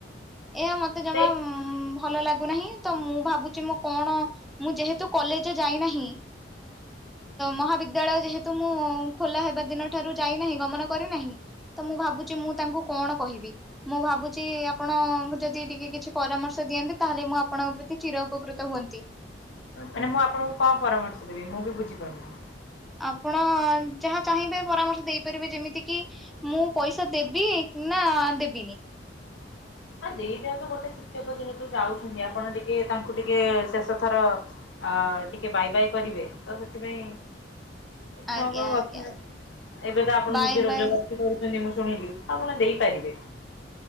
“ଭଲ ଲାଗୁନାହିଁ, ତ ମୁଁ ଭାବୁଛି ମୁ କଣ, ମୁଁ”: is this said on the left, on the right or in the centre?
Centre